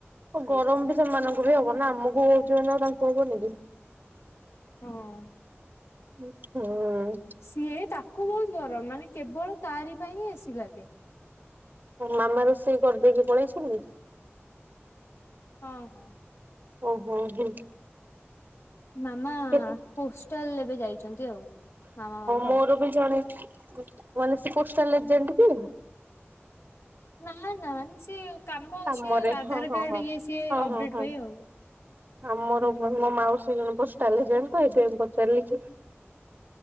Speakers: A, on the right (about 45°); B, on the left (about 70°).
A: ଅ
B: ସେଇଥିପାଇଁ
A: ଗରମ ବି
B: କି
A: ସେମାନଙ୍କୁ ବି ହବ ନା, ଆମକୁ ହଉଛି ମାନେ ତାଙ୍କୁ ହବନି କି?
B: ହଁ, ହଁ।
A: ହୁ, ହୁଁ।
B: ସିଏ ତାକୁ ବହୁତ୍ ଗରମ। ମାନେ କେବଳ ତାରି ପାଇଁ ହିଁ ଏ ସି ଲାଗେ।
A: ମାମା ରୋଷେଇ କରିଦେଇକି ପଳେଇଚନ୍ତିି?
B: ହଁ, ହଁ।
A: ଓହୋ, ହୁଁ।
B: ମାମା-ଆ
A: କେତ
B: ପୋଷ୍ଟାଲ୍ ଏବେ ଯାଇଛନ୍ତି ଆଉ। ମାମା ବାବା
A: ମୋର
B: ଆଉ।
A: ବି ଜଣେ, ମାନେ ସେ ପୋଷ୍ଟାଲ୍ ଏଜେଣ୍ଟ କି?
B: ନାଁ, ନାଁ ସେ କାମ
A: କାମରେ
B: ସେ ଆଧାର
A: ହଁ ହଁ
B: କାର୍ଡ
A: ହଁ।
B: ଇଏ‌ ସିଏ
A: ହଁ
B: ଅପ୍
A: ହଁ
B: ଡେଟ୍
A: ହଁ
B: ପାଇଁ ଆଉ।
A: ଆମର
B: ହୁଁ।
A: <unintelligible> ମୋ ମାଉସୀ ଜଣେ ପୋଷ୍ଟାଲ୍ ଏଜେଣ୍ଟ ତ ହେଥିପାଇଁ ପଚାରଲି କି